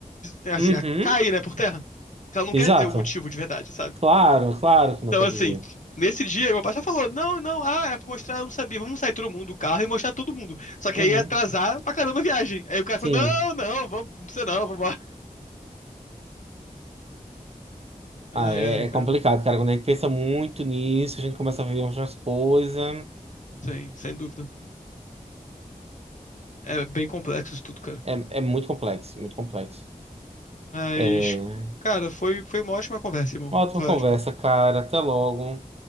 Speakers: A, on the left (about 60°); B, on the right (about 45°).
A: é assim,
B: Uhum,
A: ela cai, né, por terra. Porque ela não
B: exato.
A: quer dizer o motivo de verdade, sabe?
B: Claro, claro que
A: Então,
B: não quer
A: assim,
B: dizer.
A: nesse dia, meu pai só falou: não, não, ah, é pra mostrar, eu não sabia, vamos sair todo mundo do carro e mostrar todo mundo. Só que
B: Uhum,
A: aí ia atrasar pra caramba a viagem. Aí o cara
B: sim.
A: falou: não, não, vamos, não precisa não, vambora. Ai,
B: Ah, é,
A: ai,
B: é
A: cara,
B: complicado, cara. Quando a gente pensa muito nisso, a gente começa a ver outras coisas.
A: sim, sem dúvida. É bem complexo isso tudo, cara.
B: É, é muito complexo, muito complexo.
A: Mas,
B: É...
A: cara, foi, foi uma ótima conversa, irmão.
B: Ótima
A: Foi ótimo.
B: conversa, cara. Até logo.